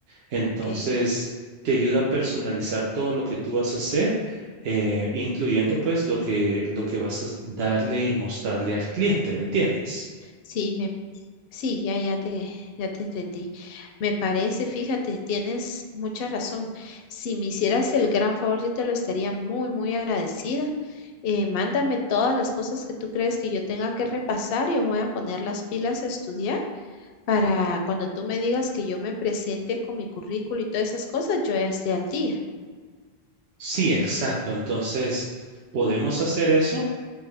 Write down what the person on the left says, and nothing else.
ok.
Sí, me, sí, ya, ya te, ya te entendí. Me parece, fíjate, tienes mucha razón. Si me hicieras el gran favor, yo te lo estaría muy, muy agradecida. Eh, mándame todas las cosas que tú crees que yo tenga que repasar. y Yo me voy a poner las pilas a estudiar para cuando tú me digas que yo me presente con mi currículo y todas esas cosas, yo ya esté al día.